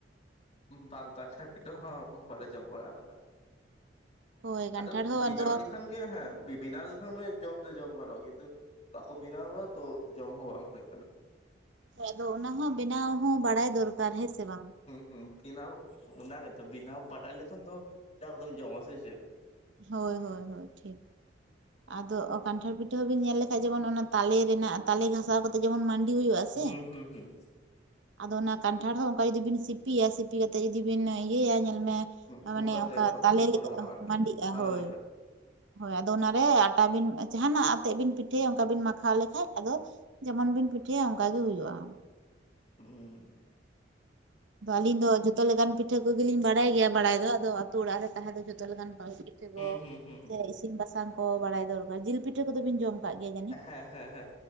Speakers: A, on the left (about 35°); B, on the right (about 80°).
A: ᱵᱟᱝ ᱠᱟᱱᱴᱷᱟᱲ ᱯᱤᱴᱷᱟᱹ ᱦᱚᱸ ᱵᱟᱞᱮ ᱡᱚᱢ ᱵᱟᱲᱟ ᱟᱠᱟᱫᱟ᱾
B: ᱦᱳᱭ ᱠᱟᱱᱴᱷᱟᱲ
A: ᱟᱫᱚ
B: ᱦᱚᱸ
A: ᱵᱮᱱᱟᱣ
B: ᱟᱫᱚ
A: ᱞᱤᱠᱷᱟᱱᱼᱼ ᱦᱮᱸ ᱵᱤᱱᱟᱣ ᱞᱮᱠᱷᱟᱱ ᱜᱮ ᱡᱚᱢ ᱫᱚ ᱡᱚᱢ ᱜᱟᱱᱚᱜᱼᱟ ᱠᱤᱱᱛᱩᱼᱼ ᱵᱟᱠᱚ ᱵᱮᱱᱟᱣᱫᱟ ᱛᱚ ᱡᱚᱢ ᱦᱚᱸ ᱵᱟᱝ ᱦᱩᱭ ᱟᱠᱟᱱᱟ᱾
B: ᱦᱮᱸ ᱟᱫᱚ ᱚᱱᱟ ᱦᱚᱸ ᱵᱮᱱᱟᱣ ᱦᱚᱸ ᱵᱟᱲᱟᱭ ᱫᱚᱨᱠᱟᱨ᱾ ᱦᱮᱸ ᱥᱮ ᱵᱟᱝ?
A: ᱦᱩᱢ ᱵᱮᱱᱟᱣ ᱚᱱᱟᱜᱮᱛᱚ ᱵᱮᱱᱟᱣ ᱵᱟᱰᱟᱭ ᱞᱮᱠᱷᱟᱱ ᱫᱚ <unintelligible> ᱠᱟᱛᱮᱜ ᱮᱢ ᱡᱚᱢᱟ᱾ ᱥᱮ ᱪᱮᱫ?
B: ᱦᱳᱭ ᱦᱳᱭ ᱦᱳᱭ ᱴᱷᱤᱠ᱾ ᱟᱫᱚ ᱠᱟᱱᱴᱷᱟᱲ ᱯᱤᱴᱷᱟᱹ ᱦᱚᱸ ᱵᱤᱱ ᱧᱮᱞ ᱞᱮᱠᱷᱟᱡ ᱡᱮᱢᱚᱱ ᱚᱱᱟ ᱛᱟᱞᱮ ᱨᱮᱱᱟᱜ ᱛᱟᱞᱮ ᱜᱷᱟ ᱥᱟᱣ ᱠᱟᱛᱮ ᱡᱮᱢᱚᱱ ᱢᱟᱱᱰᱤ ᱦᱩᱭᱩᱜᱼᱟ ᱥᱮ᱾
A: ᱦᱩᱸ ᱦᱩᱸ ᱦᱩᱸ
B: ᱟᱫᱚ ᱚᱱᱟ ᱠᱟᱱᱴᱷᱟᱲ ᱦᱚᱸ ᱚᱱᱠᱟ ᱡᱩᱫᱤ ᱵᱤᱱ ᱥᱤᱯᱤᱭᱟ ᱥᱤᱯᱤ ᱠᱟᱛᱮᱫ ᱡᱩᱫᱤ ᱵᱤᱱ ᱤᱭᱟᱹᱭᱟ ᱧᱮᱞ ᱢᱮ᱾
A: ᱦᱩᱸ
B: ᱢᱟᱱᱮ
A: ᱚᱱᱠᱟᱜᱮ
B: ᱚᱱᱠᱟ ᱛᱟᱞᱮ ᱞᱮᱠᱟ
A: ᱚᱰᱚᱝᱚᱜᱼᱟ ᱟᱨᱠᱤ
B: ᱢᱟᱹᱰᱤᱜᱼᱟ
A: ᱛᱟᱞᱟ
B: ᱦᱳᱭ
A: ᱞᱮᱠᱟᱜᱮ
B: ᱦᱳᱭ ᱟᱫᱚ ᱚᱱᱟ ᱵᱮ ᱟᱴᱟ ᱵᱤᱱ ᱡᱟᱦᱟᱱᱟᱜ ᱟᱛᱮᱫ ᱵᱤᱱ ᱯᱤᱴᱷᱟᱹᱭᱟ ᱚᱱᱠᱟ ᱵᱤᱱ ᱢᱟᱠᱷᱟᱣ ᱞᱮᱠᱷᱟᱡ ᱟᱫᱚ ᱡᱮᱢᱚᱱ ᱵᱤᱱ ᱯᱤᱴᱷᱟᱹᱭᱟ ᱚᱱᱠᱟ ᱜᱮ ᱦᱩᱭᱩᱜᱼᱟ᱾
A: ᱦᱩᱸᱻ
B: ᱟᱫᱚ ᱟᱞᱤᱧ ᱫᱚ ᱡᱷᱚᱛᱚ ᱞᱮᱠᱟᱱ ᱯᱤᱴᱷᱟᱹ ᱠᱚᱜᱮᱞᱤᱧ ᱵᱟᱲᱟᱭ ᱜᱮᱭᱟ ᱵᱟᱲᱟᱭ ᱫᱚ ᱟᱫᱚ ᱟᱛᱳ ᱚᱲᱟᱜ ᱨᱮ ᱛᱟᱦᱮᱸ ᱫᱚ ᱡᱷᱚᱛᱚ ᱞᱮᱠᱟᱱ ᱯᱤᱴᱷᱟᱹ
A: ᱦᱩᱸ
B: ᱠᱚ
A: ᱦᱩᱸ ᱦᱩᱸ ᱦᱩᱸ
B: ᱥᱮ ᱤᱥᱤᱱ ᱵᱟᱥᱟᱝ ᱠᱚ ᱵᱟᱲᱟᱭ ᱫᱚᱨᱠᱟᱨ ᱡᱤᱞ ᱯᱤᱴᱷᱟᱹ ᱠᱚᱫᱚ ᱵᱤᱱ ᱡᱚᱢ ᱠᱟᱜ ᱜᱮᱭᱟ ᱡᱟᱹᱱᱤᱡ?
A: ᱦᱮᱸ ᱦᱮᱸ ᱦᱮᱸ